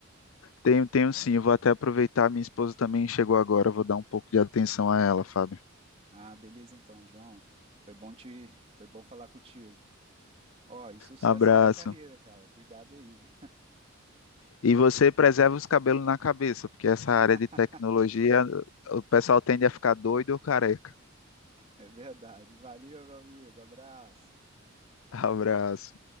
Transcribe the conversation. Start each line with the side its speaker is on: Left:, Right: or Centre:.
Left: Tenho, tenho sim, eu vou até aproveitar, minha esposa também chegou agora, eu vou dar um pouco de atenção a ela, Fábio.
Right: Ah, beleza então, João. Foi bom te, foi bom falar contigo. Ó, e sucesso
Left: Abraço.
Right: aí na carreira, cara. Cuidado aí.
Left: E você preserva os cabelos na cabeça, porque essa
Right: <laughs>
Left: área de tecnologia, o pessoal tende a ficar doido ou careca.
Right: É verdade. Valeu, meu amigo. Abraço.
Left: Abraço.